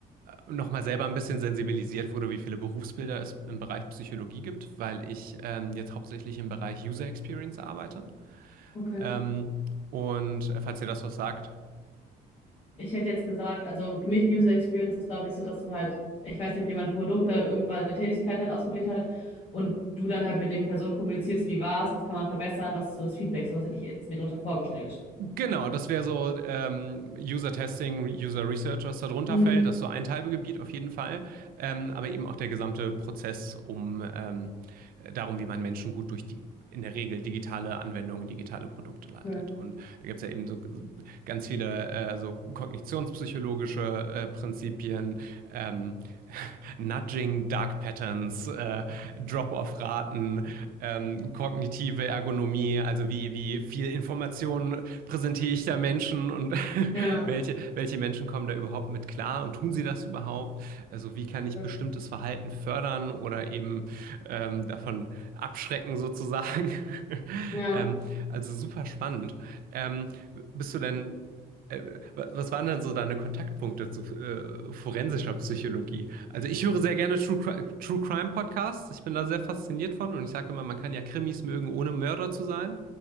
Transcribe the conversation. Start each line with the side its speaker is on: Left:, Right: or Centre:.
Right: nochmal selber ein bisschen sensibilisiert wurde, wie viele Berufsbilder es im Bereich Psychologie gibt, weil ich ähm, jetzt hauptsächlich im Bereich User Experience arbeite.
Left: okay.
Right: Ähm, und äh, falls ihr das was sagt,
Left: Ich hätte jetzt gesagt, also für mich User Experience ist, glaube ich, so, dass du halt, ich weiß nicht, ob jemand Produkte irgendwann eine Tätigkeit halt ausprobiert hat und du dann halt mit dem Personen kommunizierst, wie war's, was kann man verbessern, was ist so das Feedback, sowas hätte ich jetzt mir darunter vorgestellt.
Right: Genau, das wäre so ähm, User Testing, User Research, was da drunter
Left: Mhm.
Right: fällt. Das ist so ein Teilgebiet auf jeden Fall. Ähm, aber eben auch der gesamte Prozess um ähm, darum, wie man Menschen gut durch die in der Regel digitale Anwendungen, digitale Produkte leitet.
Left: Okay.
Right: Und da gibt es ja eben so ganz viele äh, so kognitionspsychologische äh, Prinzipien, ähm, <laughs> Nudging, Dark Patterns, äh, Drop-off-Raten, ähm, kognitive Ergonomie, also wie, wie viel Information präsentiere ich da Menschen und <laughs>
Left: Ja,
Right: welche, welche Menschen kommen da überhaupt mit klar und tun sie das überhaupt? Also wie kann ich
Left: cool.
Right: bestimmtes Verhalten fördern oder eben ähm, davon abschrecken sozusagen. <laughs>
Left: Ja.
Right: ähm, also super spannend. Ähm, bist du denn, äh, was waren denn so deine Kontaktpunkte zu äh, forensischer Psychologie? Also ich höre sehr gerne True, True Crime Podcasts. Ich bin da sehr fasziniert von und ich sage immer, man kann ja Krimis mögen, ohne Mörder zu sein.